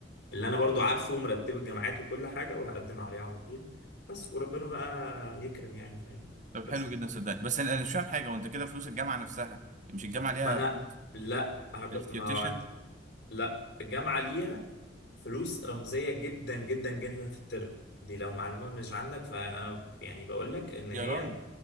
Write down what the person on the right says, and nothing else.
طب
حلو جدا صدقني بس انا أنا مش فاهم حاجه وانت كده فلوس الجامعه نفسها مش الجامعه ليها
فلوس
التيوتيشن
يا راجل